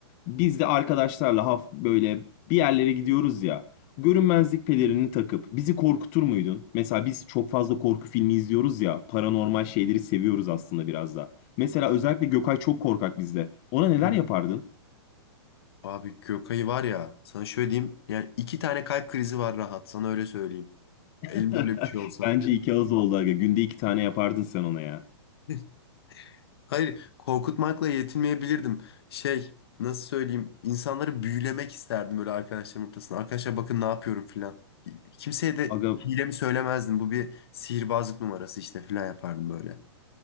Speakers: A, on the left; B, on the left.
A: biz de arkadaşlarla haf böyle bir yerlere gidiyoruz ya. Görünmezlik pelerini takıp bizi korkutur muydun? Mesela biz çok fazla korku filmi izliyoruz ya. Paranormal şeyleri seviyoruz aslında biraz da. Mesela özellikle Gökay çok korkak bizde. Ona neler
B: Hı hı.
A: yapardın?
B: Abi Gökay'ı var ya sana şöyle diyeyim. Yani iki tane kalp krizi var rahat sana öyle söyleyeyim. Elimde
A: <laughs>
B: öyle bir şey olsa.
A: Bence iki ağız oldu aga. Günde iki tane yapardın sen ona ya.
B: <laughs> Hayır, korkutmakla yetinmeyebilirdim. Şey, nasıl söyleyeyim, insanları büyülemek isterdim böyle arkadaşlarım ortasında. Arkadaşlar bakın ne yapıyorum filan. Kimseye de
A: Aga,
B: hilemi söylemezdim. Bu bir sihirbazlık numarası işte filan yapardım böyle.